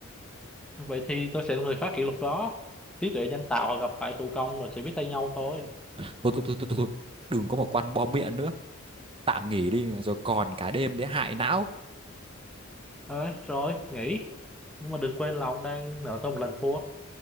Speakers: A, in the centre; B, on the right (about 25°).
A: Vậy thì tôi sẽ là người phá kỷ lục đó. Trí tuệ nhân tạo gặp phải thủ công rồi sẽ biết tay nhau thôi.
B: Thôi, thôi, thôi, thôi, thôi. Đừng có một quan bom miệng nữa. Tạm nghỉ đi, rồi còn cả đêm để hại não.
A: Thôi, rồi, nghỉ. Nhưng mà đừng quên là ông đang nợ tôi một lần thua.